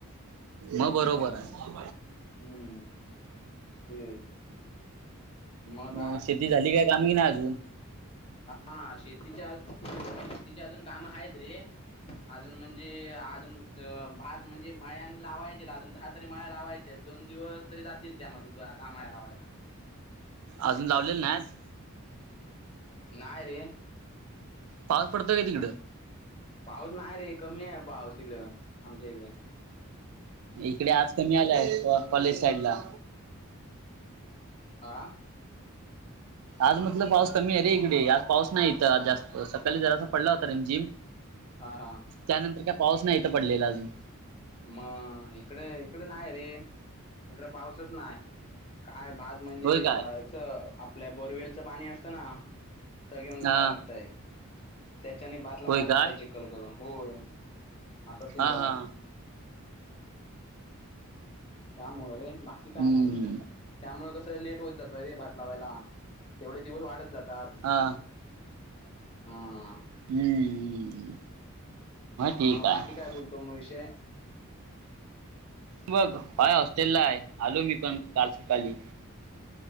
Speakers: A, on the right (about 80°); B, on the left (about 25°).
A: मग बरोबर आहे मग
B: हं. तेच मग काय
A: शेती शेतीतील झाली काय काम की नाही अजून
B: हा शेतीच्याज शेतीच्या अजून काम आहेत रे अजून म्हणजे अजून अ भात म्हणजे माळ्यान आणि लावायचे अजून दहा तरी माळ्या लावायच्यात. दोन दिवस तरी जातील त्यामध्ये <unintelligible> लावायला.
A: अजून लावलेले नायेस.
B: नाय रे.
A: पाऊ पडतो काय तिकडं
B: पाऊस नाही रे कमीय पाऊस तिकड आमच्या इकड.
A: इकडे आज कमी आलाय कॉलेज साईड ला.
B: आा
A: आज मटलं पाऊस कमी आहे रे इकडे आज पाऊस नाही तर आज जास्त सकाली जरासा पडला होता रीम जिम. <unintelligible>
B: हा हा
A: त्यानंतर काय पाऊस नाही तर पडलेला अजून.
B: मग इकड इकड नाय रे इकड पाऊसच नाय. काय भात म्हणजे
A: होय काय
B: च आपल्या बोरवेलचं पाणी असतं ना. त घेऊन लावाय
A: हा
B: लागतय त्याच्याने भात लावाय
A: होय
B: लागतयची.
A: काय
B: कल करू होय असा सीन
A: हा
B: झालाय.
A: हा
B: त्यामुळ रे बाकी काय
A: हम्म
B: नाय विषय. त्यामुळ कसं लेट होत जातोय रे भात लावायला तेवढे दिवस वाढत जातात.
A: हा
B: हा
A: हम्म ठीक
B: मग
A: आहे
B: बाकी काय बोलतो म विषय
A: बघ <unintelligible> हॉस्टेल ला हाय आलो मी पण काल सकाळी.